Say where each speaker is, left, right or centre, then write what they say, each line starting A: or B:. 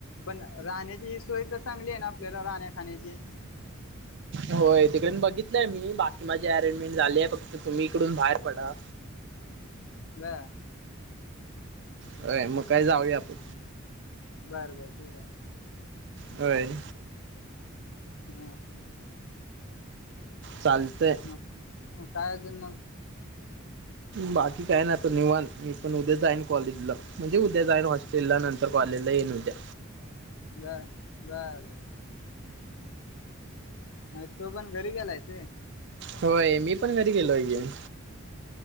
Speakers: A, on the left; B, on the right.
A: पण राहण्याची ही सोय तर चांगली आहे ना आपल्याला राहण्या खाण्याची?
B: होय तिकडेन बघितलंय मी बाकी माझे अरेंजमेंट झालेय फक्त तुम्ही इकडून बाहेर पडा.
A: ब
B: होय मग काय जाऊया आपण.
A: बर बर ठीक आहे.
B: होयं.
A: हां.
B: चालतंय.
A: मग काय अजून मग?
B: बाकी काय ना तर निवांत मी पण उद्या जाईन कॉलेजला म्हणजे उद्या जाईन हॉस्टेल ला नंतर कॉले लेला येइन उदया.
A: बर बर बर. अ तो पण घरी गेलायच.
B: होय मी पण घरी गेलो य की.